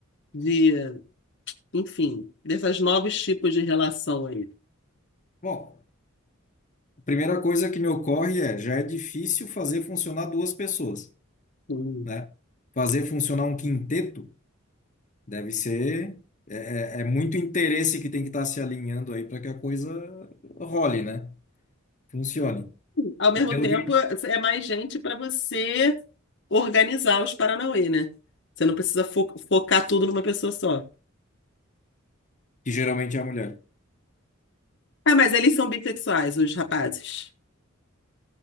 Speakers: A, on the left (about 60°); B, on the left (about 35°).
A: de, enfim, desses novos tipos de relação aí?
B: Bom, a primeira coisa que me ocorre é, já é difícil fazer funcionar duas pessoas,
A: Hum.
B: né? Fazer funcionar um quinteto deve ser... É, é é muito interesse que tem que estar se alinhando aí para que a coisa role, né? Funcione.
A: Ao mesmo
B: E pelo
A: tempo,
B: que,
A: é mais gente para você organizar os Paranauê, né? Você não precisa fo- focar tudo numa pessoa só.
B: que geralmente é a mulher.
A: Ah, mas eles são bissexuais, os rapazes.